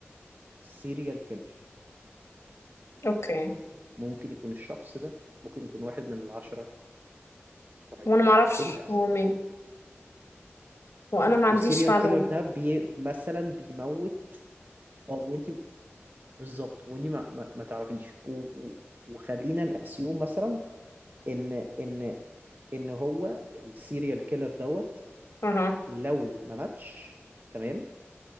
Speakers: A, on the right (about 45°); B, on the left (about 80°).
A: سيريال كيلر
B: أوكي
A: ممكن يكون الشخص ده ممكن يكون واحد من العشرة طيب
B: وأنا معرفش
A: ايه اللي هيحصل
B: هو مين وأنا ما عنديش
A: والسيريال
B: معلومة
A: كيلر ده بي... مثلا بيموت اه وانت بالظبط وانت ما, ما... ما تعرفيش و... و... وخلينا نأسيوم مثلا ان ان ان هو السيريال كيلر دوت
B: اها
A: لو ما ماتش تمام